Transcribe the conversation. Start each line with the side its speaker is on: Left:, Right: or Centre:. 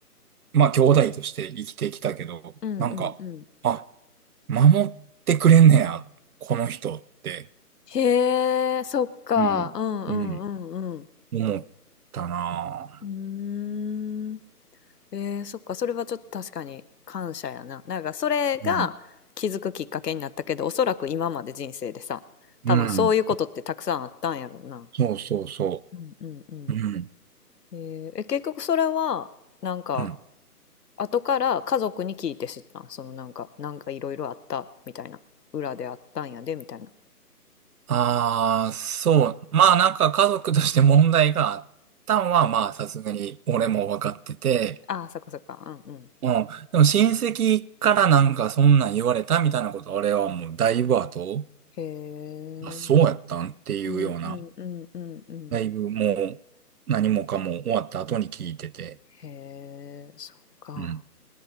Right: まあ、兄弟として生きてきたけど、
Left: うんうんうん。
Right: なんか、あ、守ってくれんねや、この人って、
Left: へえ、そっか。
Right: うん。
Left: うんうんうんうん。
Right: うん。思ったな
Left: うーん。えー、そっか。それはちょっと確かに感謝やな。なんかそれが気づくきっかけになったけど、
Right: ぁ。うん。
Left: おそらく今まで人生でさ、
Right: うん。
Left: 多分そういうことってたくさんあったんやろうな。
Right: そうそうそ
Left: うんうんうん。
Right: う。そううん。
Left: えーえ結局それは、なんか
Right: うん
Left: 後から家族に聞いて知ったんそのなんかなんかいろいろあったみたいな裏であったんやでみたいな
Right: ああ、そう。まあなんか家族として問題があったんは、
Left: うん
Right: まあさすがに俺も分かってて、
Left: ああそっかそっかうんうん
Right: うん。でも親戚からなんかそんなん言われたみたいなこと、俺はもうだいぶ後、
Left: へえ
Right: あ、そうやったんっていうような、
Left: うんうんうんうんうん
Right: だいぶもう何もかも終わった後に聞いてて。
Left: へえそっか
Right: うん。